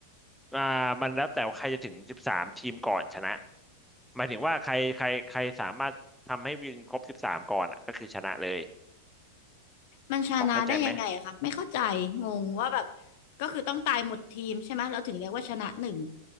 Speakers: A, in the centre; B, on the left.
A: อ่ามันแล้วแต่ว่าใครจะถึงสิบสามทีมก่อนชนะหมายถึงว่าใครใครใครสามารถทำให้วินครบสิบสามก่อนอะก็คือชนะเลย
B: มันชนะได้ยังไงอะคะไม่เข้าใจงงว่าแบบ
A: พอเข้าใจไหม
B: ก็คือต้องตายหมดทีมใช่ไหมเราถึงเรียกว่าชนะหนึ่ง